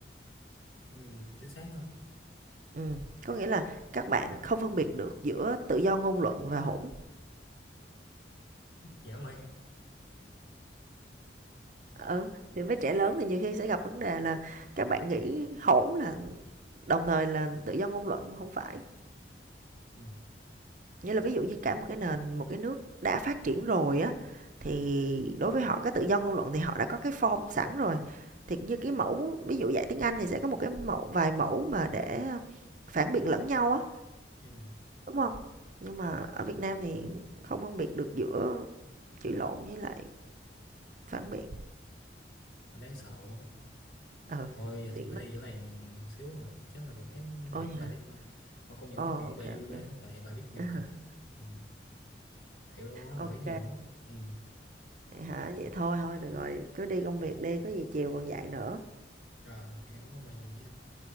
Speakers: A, on the left; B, on the right.
A: ừ, chính xác hơn
B: Ừ, có nghĩa là các bạn không phân biệt được giữa tự do ngôn luận và hỗn
A: dã man
B: Ừ, thì với trẻ lớn thì nhiều khi sẽ gặp vấn đề là các bạn nghĩ hỗn là đồng thời là tự do ngôn luận nhưng không phải.
A: ừ,
B: Nghĩa là ví dụ như cả một cái nền, một cái nước đã phát triển rồi á thì đối với họ cái tự do ngôn luận thì họ đã có cái form sẵn rồi. Thì như cái mẫu ví dụ dạy tiếng Anh thì sẽ có một cái mẫu vài mẫu mà để phản biện lẫn nhau á,
A: ừ,
B: đúng không? Nhưng mà ở Việt Nam thì không phân biệt được giữa chửi lộn với lại phản biện.
A: mình đang sợ quá.
B: Ừ,
A: thôi giờ
B: tiện
A: tôi phải
B: lắm.
A: đi chỗ này xíu rồi chắc là bữa khác nói
B: Ôi
A: chuyện với
B: hả?
A: bà tiếp thôi mà công nhận
B: Ồ,
A: nói chuyện với
B: ok
A: bà
B: ok.
A: vui ghê á, tại bà biết nhiều
B: <laughs>
A: cái ừ, thiệt luôn á
B: Ok.
A: bà biết nhiều á ừ,
B: hả? Vậy thôi thôi được rồi, cứ đi công việc đi, có gì chiều còn dạy nữa.
A: rồi ok cảm ơn bà nhiều nhé